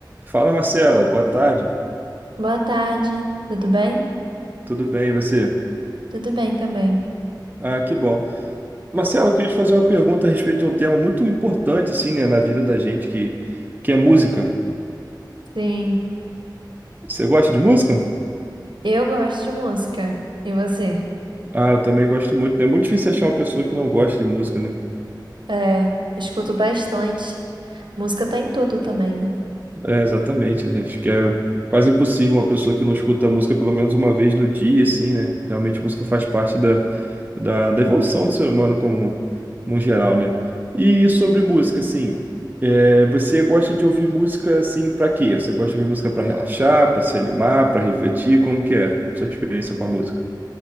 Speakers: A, on the right; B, on the right.
A: Fala, Marcela. Boa tarde.
B: Boa tarde, tudo bem?
A: Tudo bem, e você?
B: Tudo bem também.
A: Ah, que bom. Marcela, eu queria te fazer uma pergunta a respeito de um tema muito importante, assim, né, na vida da gente, que, que é música.
B: Sim,
A: Você gosta de música?
B: eu gosto de música. E você?
A: Ah, eu também gosto muito. né? É muito difícil achar uma pessoa que não gosta de música, né?
B: É, escuto bastante. Música tá em tudo também, né?
A: É, exatamente, né? Acho que é quase impossível uma pessoa que não escuta música pelo menos uma vez no dia, assim, né? Realmente a música faz parte da, da, da evolução do ser humano como no geral, né? E sobre música, assim, é, você gosta de ouvir música, assim, pra quê? Você gosta de ouvir música pra relaxar, pra se animar, pra refletir? Como que é a sua experiência com a música?